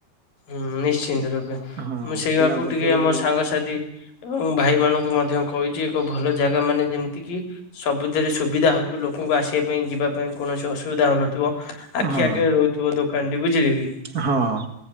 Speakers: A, on the left; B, on the right.
A: ହୁଁ। ନିଶ୍ଚିନ୍ତ ରୂପେ,
B: ହଁ
A: ମୁଁ ସେଇଆକୁ
B: ଚିହ୍ନା ପରିଚୟରେ
A: ଟିକେ ଆମ
B: ଭଲ
A: ସାଙ୍ଗସାଥି
B: ମନ୍ଦ
A: ଏବଂ ଭାଇମାନଙ୍କୁ ମଧ୍ୟ କହିଛି ଏକ ଭଲ ଜାଗା ମାନେ ଯେମତି କିି, ସବୁଥିରେ ସୁବିଧା ହଉଥୁବ ଲୋକଙ୍କୁ ଆସିବା ପାଇଁ ଯିବା ପାଇଁ କୌଣସି ଅସୁବିଧା ହଉନ ଥିବ, ଆଖି
B: ହଁ
A: ଆଗେରେ ରହୁଥିବ ଦୋକାନଟି ବୁଝିଲେ କି?
B: ହଁ।